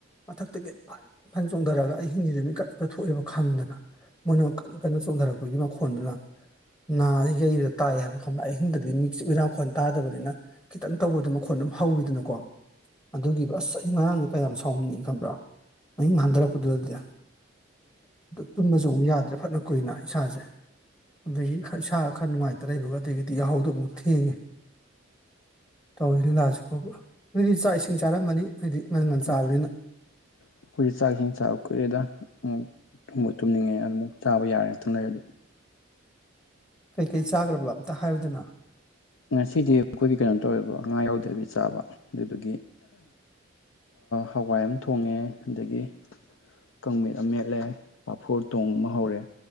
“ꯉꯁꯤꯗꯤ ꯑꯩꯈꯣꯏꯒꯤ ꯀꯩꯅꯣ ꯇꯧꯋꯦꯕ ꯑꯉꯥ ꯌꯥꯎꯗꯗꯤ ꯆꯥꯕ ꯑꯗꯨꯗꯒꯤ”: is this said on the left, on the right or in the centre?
Left